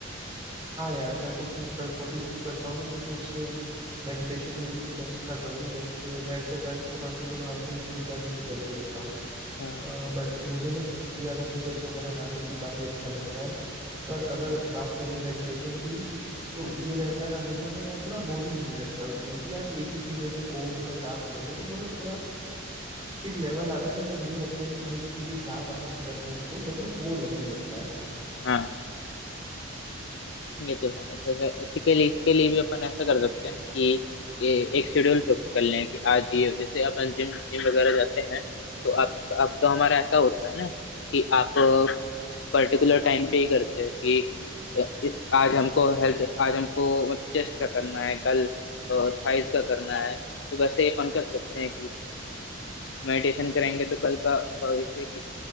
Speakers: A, on the right (about 25°); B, on the left (about 65°).
A: हाँ यार मैं तो कुछ कर, कोशिश करता हूँ ना कि कुछ मेडिटेशन में भी कुछ अच्छा करूँ जैसे मैं एक्सरसाइज तो मान के चलो हफ्ते में तीन चार दिन तो कर ही लेता हूँ
B: हाँ
A: बट मुझे ना सबसे ज्यादा पुशअप्स वगैरह मारने में भी काफी अच्छा लगता है पर अगर
B: हम्म
A: बात करें मेडिटेशन की तो
B: हम्म
A: ये रहता है हमेशा ना यार थोड़ा बोरिंग होने लगता है उसमें कि यार एक ही चीज जैसे ओम का जाप कर रहे हैं तो मतलब थोड़ा एक लेवल आता है ना जब ये लगता है कि भाई ये जाप अपन कर रहे हैं तो मतलब वो
B: हम्म,
A: लगने लगता है
B: हाँ ये तो है तो जैसे इसी के लिए इसके लिए भी अपन ऐसा कर सकते हैं ना कि ये एक शेड्यूल फिक्स कर लें कि आज ये जैसे अपन जिम जिम वगैरह जाते हैं तो आप अब तो हमारा ऐसा होता है ना कि आप पर्टिकुलर टाइम पे ही करते हो कि इस आज हमको हेल्थ आज हमको मतलब चेस्ट का करना है कल थाइस का करना है तो वैसे ही अपन कर सकते हैं कि मेडिटेशन करेंगे तो कल का अ, जैसे कि